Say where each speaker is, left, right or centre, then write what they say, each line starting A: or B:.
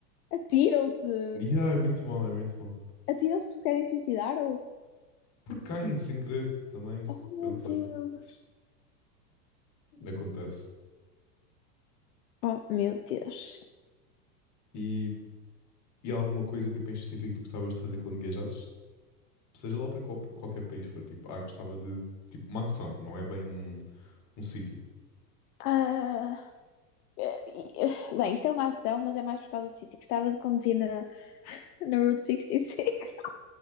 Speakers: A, on the left; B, on the left.
A: atiram-se!
B: Yeah, é muito mal, é muito mal.
A: Atiram-se porque querem suicidar ou.
B: Porque caem sem querer também.
A: Oh, meu
B: Pronto,
A: Deus!
B: olha, acontece.
A: Oh, meu Deus.
B: E, e há alguma coisa tipo, em específico que tu gostavas de fazer quando viajasses? Seja lá para qual- qualquer país for, tipo, ah, gostava de. Tipo, uma ação, não é bem um, um sítio.
A: Ah, eh, eh, bem, isto é uma ação, mas é mais por causa do sítio. Gostava de conduzir na, na Route 66.